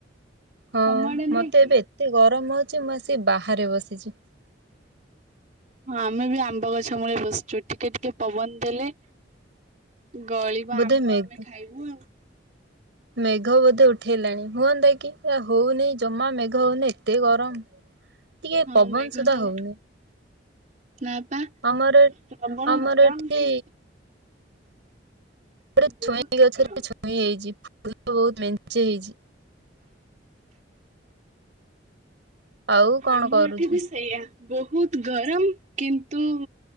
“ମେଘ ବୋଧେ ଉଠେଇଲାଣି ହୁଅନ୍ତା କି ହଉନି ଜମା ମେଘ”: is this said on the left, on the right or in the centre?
Right